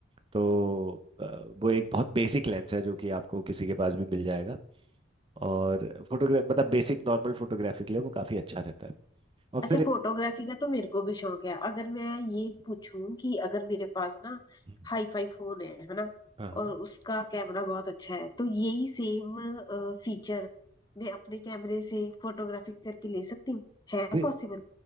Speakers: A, on the right; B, on the left.
A: तो अ, वो एक बहुत बेसिक लेंस है जो कि आपको किसी के पास भी मिल जाएगा और फोटोग्राफ मतलब बेसिक नॉर्मल फोटोग्राफी के लिए वो काफ़ी अच्छा रहता है और
B: अच्छा
A: फिर
B: फोटोग्राफी का तो मेरे को भी शौक है अगर मैं ये पूछूं कि अगर मेरे पास ना
A: हम्म,
B: हाई फाई फोन है है ना
A: हाँ
B: और उसका कैमरा बहुत अच्छा है तो यही सेम फीचर मैं अपने कैमरे से फोटोग्राफी करके ले सकती हूँ है
A: भी-
B: पॉसिबल